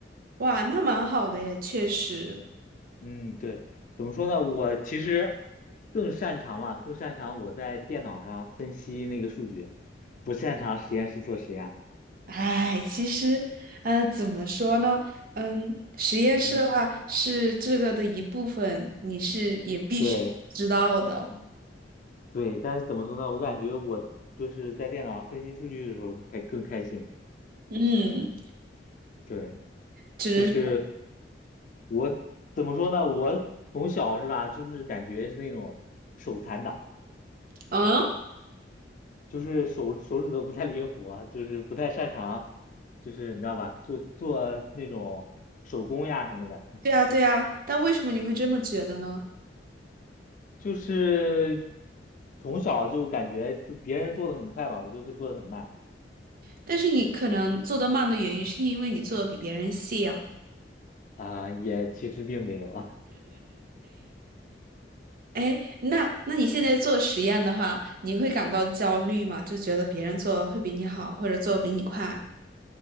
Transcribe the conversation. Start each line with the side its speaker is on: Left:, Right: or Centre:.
Right: 哇，那蛮好的耶，确实。
Left: 嗯，对，怎么说呢？我其实更擅长嘛，更擅长我在电脑上分析那个数据，不擅长实验室做实验。
Right: 哎，其实，呃，怎么说呢？嗯，实验室的话是这个的一部分，
Left: 嗯，
Right: 你是也必须知道的。
Left: 对对，但是怎么说呢？我感觉我就是在电脑上分析数据的时候还更开心。
Right: 嗯，
Left: 对，
Right: 只能，
Left: 就是我怎么说呢？我从小是吧，就是感觉是那种手残党，
Right: 嗯，
Left: 就是手手指头不太灵活，就是不太擅长，就是你知道吧，做做那种手工呀什么的。
Right: 对啊，对啊。但为什么你会这么觉得呢？
Left: 就是从小就感觉就别人做的很快嘛，我就会做的很慢
Right: 但是你可能做得慢的原因，是因为你做的比别人细啊。
Left: 啊，也其实并没有啊，
Right: 哎，那那你现在做实验的话，你会感到焦虑吗？就觉得别人做会比你好，或者做得比你快？